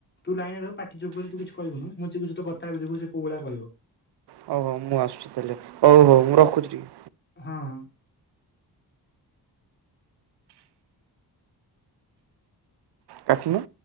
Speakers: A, on the left (about 25°); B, on the right (about 80°).
A: ତୁ ଲାଇନ୍ ରେ ରହିବୁ ପାଟି ଚୁପ୍ କରି ତୁ କିଛି କହିବୁନୁ ମୁଁ ଚିକୁ ସହିତ କଥାହେବି ଦେଖିବୁ ସେ କୋଉ ଭଳିଆ କହିବ।
B: ହଉ ହଉ ମୁଁ ଆସୁଛି ତାହେଲେ ହଉ ହଉ ମୁଁ ରଖୁଛି ଟିକେ
A: ହଁ ହଁ।
B: କାଟୁନୁ।